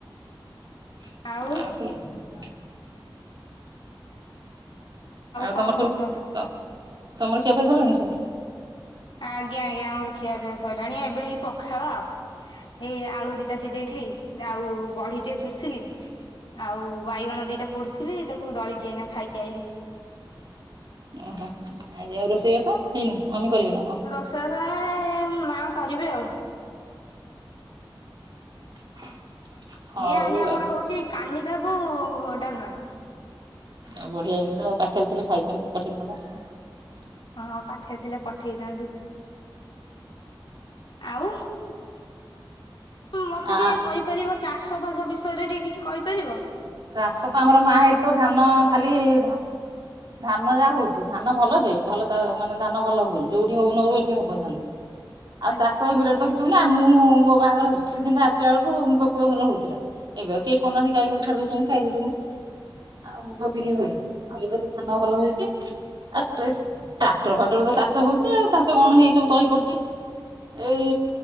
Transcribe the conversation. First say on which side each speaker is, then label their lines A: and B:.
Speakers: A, on the right; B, on the left.
A: <unintelligible>
B: ଆଉ
A: ଆଉ
B: କଣ
A: ତମର
B: କରୁଛନ୍ତି?
A: ସବୁ ତ-ତମର ଖିଆପିଆ ସରିଲାଣି ସବୁ?
B: ଆଜ୍ଞା ଆଜ୍ଞା ଆମର ଖିଆପିଆ ସରିଲାଣି ଏବେ ହେଇ ପଖାଳ ଏଇ ଆଳୁ ଦିଟା ସିଝେଇଥିଲି ଆଉ ବଢିଟେ ଚୁରିଥିଲି। ଆଉ ବାଇଗଣ ଦିଟା ପୋଡୁଥିଲି ତାକୁ ଦଳିକି ଏଇନା ଖାଇକି ଆଇଲି।
A: ଓହୋ ଆଉ ରୋଷେଇବାସ ହେଇନି ମମି କରିବେ ନା କଣ?
B: ରୋଷେଇ ମା କରିବେ ଆଉ
A: <inaudible> ହଉ
B: ଏ ଆଜି ଆମର
A: ଆଉ
B: ହଉଛି କାନିକା କୁ ଡାଲମା।
A: ଆଉ ବଢିଆ ଜିନିଷ ପାଖରେ ଥିଲେ ଖାଇଥାନ୍ତି ପଠେଇଥାନ୍ତ।
B: ହଁ ଆଉ ପାଖେରେ ଆସିଲେ ପଠେଇଥାନ୍ତି। ଆଉ ମତେ
A: ଆ
B: ଟିକେ କହିପାରିବ ଚାଷ ବାସ ବିଷୟରେ ଟିକେ କିଛି କହିପାରିବ?
A: ଚାଷ ତ ଆମର ମା ଏଇଠି ତ ଧାନ ଖାଲି ଧାନ ଧାନ ଯାହା ହଉଛି ଧାନ ଭଲ ଯାଇ ଭଲ ଚା ମାନେ ଧାନ ଭଲ ହୁଏ। ଯୋଉଠି ହଉନ ହଉ ଏଠି ହବ ଧାନ ଆଉ
B: ଆଜ୍ଞା
A: ଚାଷ ଏ ବିଲରେ ତ କହିମିନା ମୁଁ ମୋ ବାହାଘର ସିିଜିନ ରେ ଆସିଲା ବେଳକୁ ମୁଗ ଫୁଗ ଭଲ ହଉଥିଲା ଏବେ ଆଉ କେହି କରହୁନାହାନ୍ତି ଗାଈଗୋରୁ ଛା ଉଛନ୍ତି ଖାଇ ଦଉଛନ୍ତି ଆଉ ମୁଗ ବିରି ହୁଏ ଆଉ ଏବେ ତ ଧାନ ଭଲ ହଉଛି। ଆଉ ଟ୍ରେ ଟ୍ରାକ୍ଟର ଫାଟର ତ ଚାଷ ହଉଛି ଆଉ ଚାଷ କଣ ହେଇ ସବୁ ତଳି ପଡିଛି ଏଇ